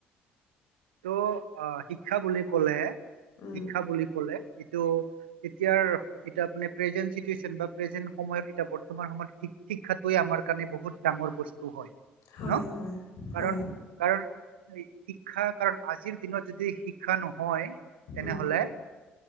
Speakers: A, on the right; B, on the left.
A: ত' আহ শিক্ষা বুলি কলে
B: উম,
A: শিক্ষা বুলি কলে এই এতি এ প্ৰেজেন বা সময়ত তোমাৰ সমাৰ শিক্ষাটো আমাৰ কাৰণে বহুত ডাঙৰ বস্তু হয়
B: হয়
A: ন
B: হয় হয়
A: কাৰণ কাৰণ শিক্ষা কাৰণ আজিৰ দিনত যদি শি শিক্ষা নহয় তেনেহ'লে
B: উম,